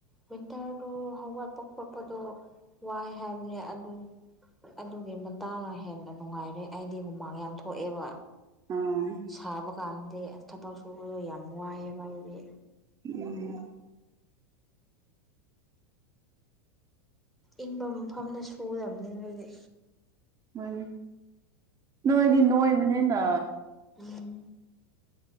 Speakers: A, in the centre; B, on the right (about 25°).
A: ꯋꯤꯟꯇꯔꯗꯣ ꯍꯧꯒꯠꯄ ꯈꯣꯠꯄꯗꯣ ꯋꯥꯏ ꯍꯥꯏꯕꯅꯦ ꯑ <inaudible> ꯑꯗꯨꯒꯤ ꯃꯇꯥꯡꯅ ꯍꯦꯟꯅ ꯅꯨꯡꯉꯥꯏꯔꯦ ꯑꯩꯗꯤ ꯍꯨꯃꯥꯡ ꯌꯥꯝ ꯊꯣꯛꯑꯦꯕ
B: ꯑꯥ
A: ꯁꯥꯕ ꯀꯥꯟꯗꯗꯤ ꯊꯕꯛ ꯁꯨꯕꯗꯣ ꯌꯥꯝ ꯋꯥꯏꯑꯦꯕ ꯑꯩꯗꯤ
B: ꯎꯝ
A: ꯏꯪꯕ ꯃꯐꯝꯅ ꯁꯨꯔꯝꯃꯅꯤ ꯑꯗꯨꯗꯤ
B: ꯃꯥꯅꯤ ꯅꯣꯏꯗꯤ ꯅꯣꯏꯕꯅꯤꯅ
A: ꯎꯝ